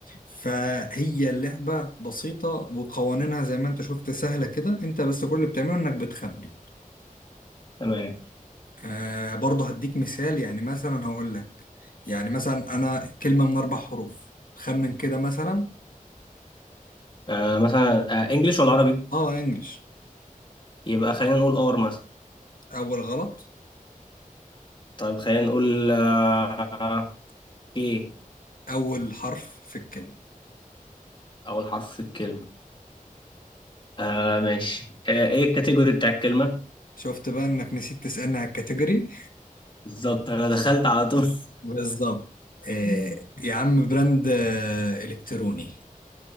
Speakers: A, on the left (about 75°); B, on the left (about 35°).
A: فهي اللعبة بسيطة وقوانينها زي ما انت شفت سهلة كده انت بس كل اللي بتعمله انك بتخمن
B: تمام
A: آه برضه هديك مثال يعني مثلا هقول لك يعني مثلا انا كلمة من اربع حروف خمن كده مثلا
B: آه مثلا آه إنجليش ولا عربي
A: اه انجلش
B: يبقى خلينا نقول أور مثلا
A: اول غلط
B: طيب خلينا نقول آه إيه
A: اول حرف في الكلمة
B: أول حرف في الكلمة آه ماشي آه إيه الكاتيجوري بتاع الكلمة
A: شفت بقى انك نسيت تسألني على الكاتيجوري
B: بالظبط أنا دخلت على طول
A: بالظبط آه
B: <laughs>
A: يا عم براند آه الكتروني